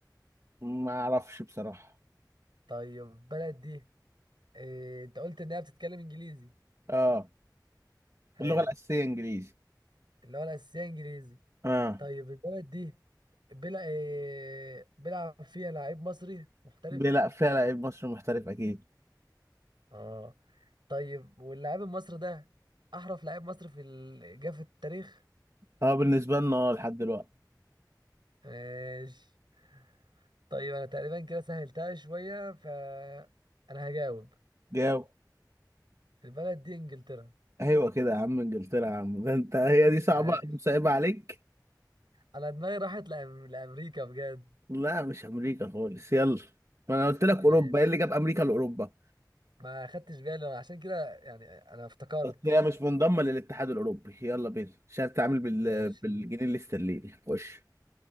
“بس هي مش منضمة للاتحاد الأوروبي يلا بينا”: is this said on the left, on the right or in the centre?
Right